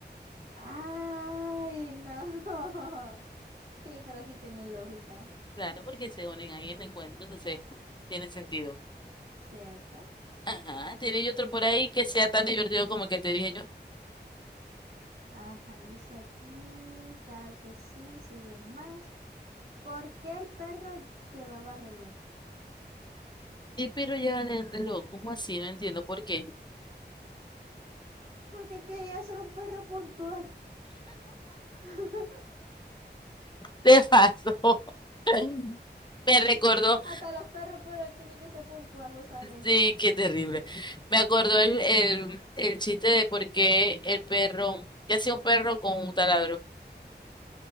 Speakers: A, on the right (about 65°); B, on the left (about 25°).
A: Ay, no. <laughs> Sí, pero sí tiene lógica.
B: Claro, porque se unen ahí en el encuentro, entonces tiene sentido.
A: ¿Cierto?
B: Ajá, tiene otro por ahí que sea tan divertido como el que te dije yo.
A: Ajá, dice aquí, claro que sí, siguen más. ¿Por qué el perro llevaba reloj?
B: Y pero ya vale el reloj, ¿cómo así? No entiendo por qué.
A: Porque quería ser un perro puntual. <laughs>
B: Te pasó. <laughs> Me recordó,
A: Hasta los perros, pero tiene que ser puntual, vos sabés.
B: sí, qué terrible. Me acordó el, el, el chiste de por qué el perro, ¿qué hacía un perro con un taladro?